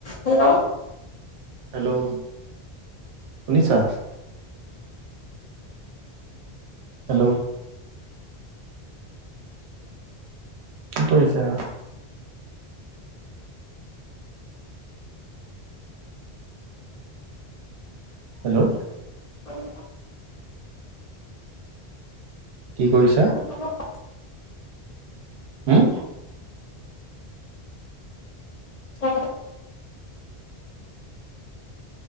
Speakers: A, on the left; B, on the right.
A: Hello
B: hello শুনিছা? Hello, কি কৰিছা? হেল্ল'
A: <inaudible>
B: কি কৰিছা?
A: <inaudible>
B: হম?
A: অ <unintelligible>